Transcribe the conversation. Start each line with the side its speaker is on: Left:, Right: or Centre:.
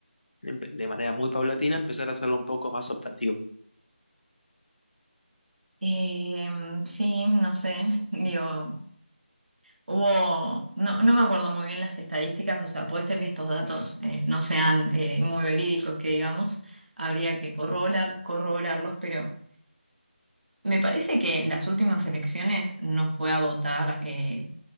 Left: empe- de manera muy paulatina empezar a hacerlo un poco más optativo.
Right: Eh, sí, no sé, <laughs> digo, Hubo, no, no me acuerdo muy bien las estadísticas, o sea, puede ser que estos datos eh, no sean eh, muy verídicos, que digamos, habría que corroborar, corroborarlos, pero me parece que en las últimas elecciones no fue a votar. eh,